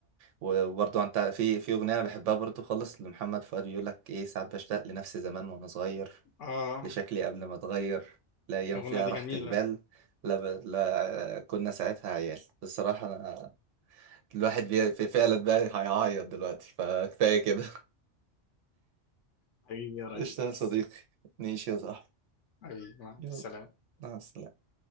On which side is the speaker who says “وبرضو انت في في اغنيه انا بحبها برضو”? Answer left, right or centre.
Right